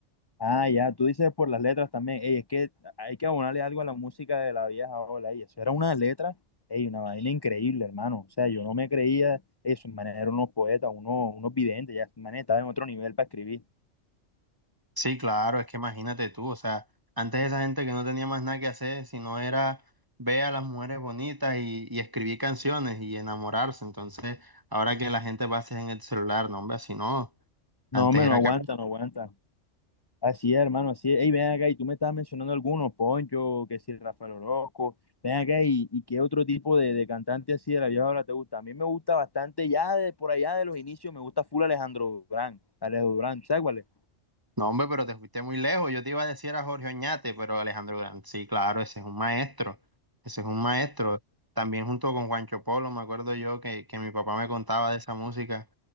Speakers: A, on the left (about 20°); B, on the right (about 15°).
A: Ah, ya, tú dices por las letras también. Ey, es que hay que abonarle algo a la música de la vieja ola. Ey, eso era una letra, ey, una vaina increíble, hermano. O sea, yo no me creía eso. manera eran unos poetas, unos, unos videntes, ya, manera, manes estaban en otro nivel para escribir.
B: Sí, claro, es que imagínate tú, o sea, antes esa gente que no tenía más nada que hacer, sino era ver a las mujeres bonitas y, y escribir canciones y enamorarse, entonces ahora que la gente va a hacer en el celular, no, hombre, así no, antes
A: No, hombre,
B: era
A: no aguanta,
B: que...
A: no aguanta. Así es, hermano, así es. Ey, ven acá, y tú me estabas mencionando algunos, Poncho, que si Rafael Orozco. Ven acá, y, y qué otro tipo de, de cantante así de la vieja ola te gusta. A mí me gusta bastante, ya de por allá de los inicios, me gusta full Alejandro Durán. Alejandro Durán, ¿sabes cuál es?
B: No, hombre, pero te fuiste muy lejos. Yo te iba a decir a Jorge Oñate, pero Alejandro Grant, sí, claro, ese es un maestro. Ese es un maestro. También junto con Juancho Polo, me acuerdo yo que, que mi papá me contaba de esa música.